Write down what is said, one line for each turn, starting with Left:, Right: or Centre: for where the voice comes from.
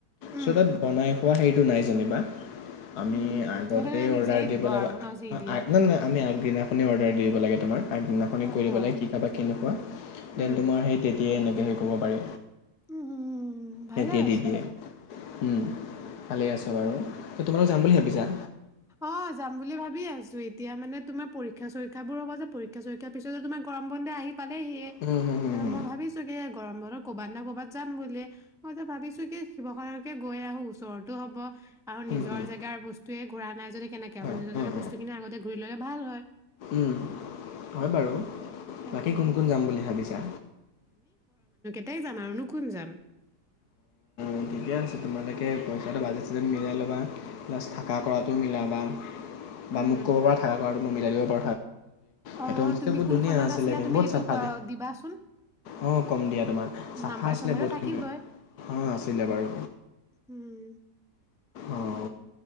Centre: উম,
Left: চো তাত বনাই অ' সেইটো নাই যেনিবা আমি
Centre: উম,
Left: আগতে
Centre: সেইটো
Left: অৰ্ডাৰ
Centre: নিজেই
Left: দিব লাগা
Centre: আৰু ন যি
Left: আ
Centre: দিয়ে।
Left: আ <unintelligible> নাই আমি আমি দিনাখনি অৰ্ডাৰ দিব লাগে তোমাৰ আগদিনাখন
Centre: অ',
Left: কৈ দিব লাগে কি খাবা কি নোখোৱা দেন'
Centre: উম,
Left: তোমাৰ সেই তে সিয়ে এনেকৈ হেৰি কৰিব পাৰি।
Centre: উম,
Left: সেহতিয়ে
Centre: ভালে আছে
Left: দি দিয়ে।
Centre: তেতিয়াহ'লে।
Left: উম। ভালে আছে। বাৰু, তোমালোক যাম বুলি ভাবিছা?
Centre: অ', যাম বুলি ভাবিয়ে আছো এতিয়া মানে তোমাৰ পৰীক্ষা-চৰীক্ষা বোৰ হ'ব যে, পৰীক্ষা চৰীক্ষা পিছত তোমাৰ গৰম বন্ধ আহি পালেহিয়ে,
Left: উম, হুম, হুম, হুম,
Centre: মই ভাবিছো কি গৰম বন্ধত ক'বাত নে কৰ'বাত যাম বুলি মই এতিয়া ভাবিছো কি শিৱসাগৰকে গৈ আহো উচ চৰটো হ'ব আৰু
Left: হুম,
Centre: নিজৰ
Left: হুম,
Centre: জেগাৰ বস্তুয়ে ঘূৰা নাই যদি কেনেকে
Left: হয়
Centre: হ'ব নিজৰ
Left: উম,
Centre: জেগাৰ
Left: উম,
Centre: বস্তুখিনি আগতে ঘূৰি ল'লে ভাল হয়।
Left: উম। হয় বাৰু
Centre: সেইটোয়ে
Left: বাকী কোন কোন যাম বুলি ভাবিছা?
Centre: তাই যাম, আৰুনো কোন যাম।
Left: অ', ঠিকে আছে তোমালোকে পইচাটো বাজেট-চাজেট মিলাই ল'বা, প্লাছ থাকা কৰাটো মিলাবা। বা
Centre: উম
Left: মোক ক'ব পৰা থাকা-কৰাটো মই মিল দিব <unintelligible> <unintelligible> সেইটো
Centre: অ',
Left: হোমষ্টে
Centre: তুমি
Left: বহুত
Centre: কোনখনত
Left: ধুনীয়া আছিলে
Centre: আছিলা
Left: কিন্তু
Centre: তুমি
Left: বহুত
Centre: সেইটো
Left: চাফা
Centre: কোৱা
Left: দে।
Centre: দিবাচোন
Left: অ', কম দিয়া, তোমাক চাফা
Centre: নাম্বাৰ
Left: আছিলে
Centre: চাম্বাৰটো
Left: বহুত
Centre: থাকিবই
Left: কিন্তু অ' ছিলে বাৰু।
Centre: উম
Left: অঁ